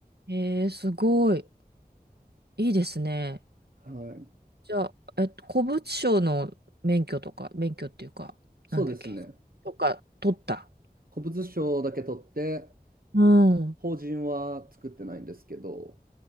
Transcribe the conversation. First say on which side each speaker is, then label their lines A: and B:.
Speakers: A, on the right; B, on the right.
A: ええ、すごい。いいですね。
B: はい。
A: じゃあ、えっと、古物商の免許とか、免許っていうか、
B: そうですね。
A: なんだっけ、とか、取った。
B: 古物商だけ取って、
A: うん。
B: 法人は作ってないんですけど、